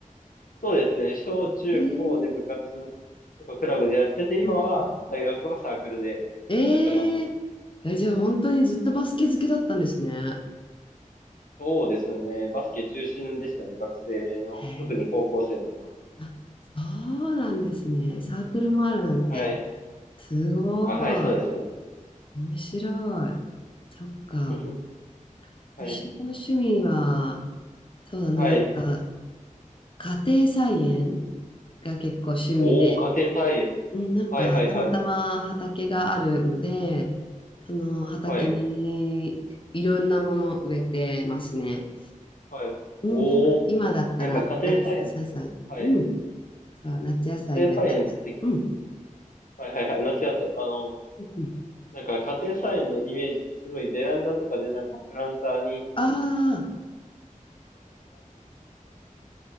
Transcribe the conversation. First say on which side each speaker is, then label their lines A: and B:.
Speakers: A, on the left; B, on the left.
A: そうですね。小中高で部活とかクラブでやってて、
B: えー、
A: 今は大学はサークルでやってますね。
B: うんうんえーえ、じゃあ本当にずっとバスケ好きだったんですね。
A: そうですね。バスケ中心でしたね。学生の。
B: へえ。
A: 特に高校生までは。
B: あ、そうなんですね。サークルもあるなんて。
A: はい。
B: すごい。
A: あ、はい、そうですね。
B: 面白い。そっか。
A: <laughs> はい。
B: 私の趣味は、そうだな、
A: はい。
B: なんか、家庭菜園が結構趣味
A: おー、家庭菜園。
B: うん、なんか、
A: はいはいはい。
B: たまたま畑があるので、その畑にいろんなものを植えてますね。
A: はい。はい。
B: うん、
A: おー、
B: なんか、今だったら夏野菜、
A: なんか家庭菜園って、はい。
B: うん、そう、夏野菜植えたりして。
A: 家庭菜園って、
B: うん、
A: はいはいはい。夏野菜。あの、
B: うん。
A: なんか家庭菜園のイメージってすごいベランダとかでなんかプランターに
B: ああー、